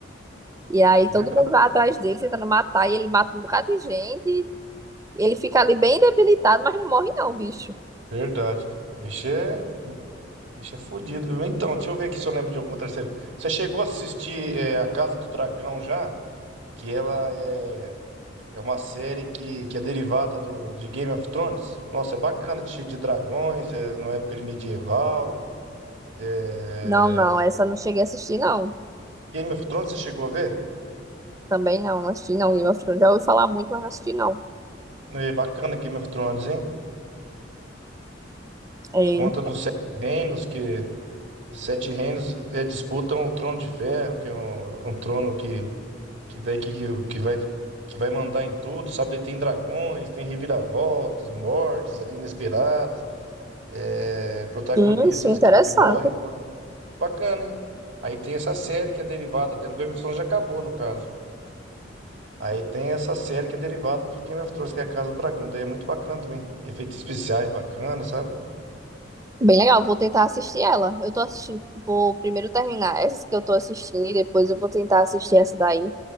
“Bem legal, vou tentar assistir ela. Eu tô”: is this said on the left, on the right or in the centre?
Right